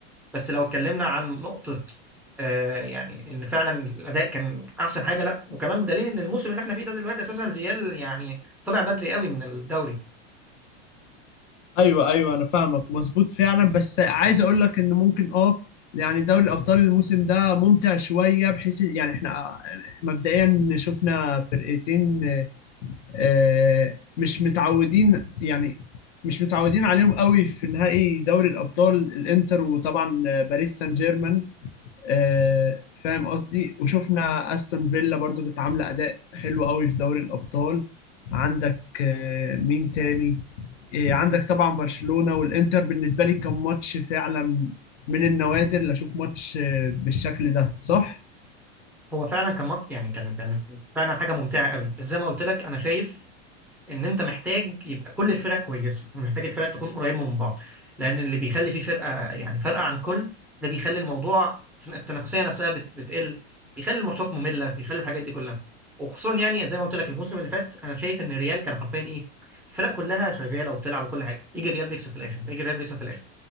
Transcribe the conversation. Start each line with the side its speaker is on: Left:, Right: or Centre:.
Centre: بس لو اتكلمنا عن نقطة آه يعني ان فعلا الاداء كان احسن حاجة لا وكمان بدليل ان الموسم اللي احنا فيه ده دلوقتي اساسا الريال يعني طلع بدري قوي من الدوري
Left: ايوه ايوه انا فاهمك مظبوط فعلا بس عايز اقول لك ان ممكن اه يعني دوري الابطال الموسم ده ممتع شوية بحيث يعني احنا آه، مبدئيا شفنا فرقتين آه، مش متعودين يعني مش متعودين عليهم قوي في نهائي دوري الابطال الانتر وطبعا باريس سان جيرمان آه، فاهم قصدي وشفنا استون فيلا برضو كانت عامله اداء حلو قوي في دوري الابطال عندك آه، مين تاني آه، عندك طبعا برشلونه والانتر بالنسبه لي كان ماتش فعلا من النوادر اللي اشوف ماتش آه، بالشكل ده صح
Centre: هو فعلا كان مط يعني كان كان فعلا حاجة ممتعة قوي بس زي ما قلت لك انا شايف ان انت محتاج يبقى كل الفرق كويسه ومحتاج الفرق تكون قريبه من بعض لان اللي بيخلي فيه فرقه يعني فرقه عن كل ده بيخلي الموضوع التنافسيه نفسها بت- بتقل بيخلي الماتشات ممله بيخلي الحاجات دي كلها وخصوصا يعني زي ما قلت لك الموسم اللي فات انا شايف ان الريال كان حرفيا ايه الفرق كلها شغاله وبتلعب وكل حاجه يجي الريال بيكسب في الاخر يجي الريال بيكسب في الاخر